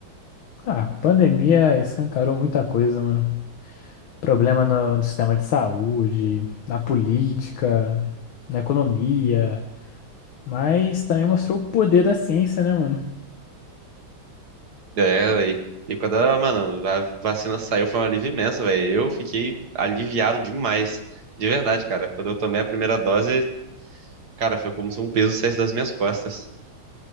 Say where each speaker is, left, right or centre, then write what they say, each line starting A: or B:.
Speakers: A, on the left; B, on the right.
A: Ah, a pandemia escancarou muita coisa, mano. Problema no, no sistema de saúde, na política, na economia, mas também mostrou o poder da ciência, né, mano?
B: É, velho. E quando a, mano, a vacina saiu, foi um alívio imenso, velho. Eu fiquei aliviado demais. De verdade, cara. Quando eu tomei a primeira dose, cara, foi como se um peso saísse das minhas costas.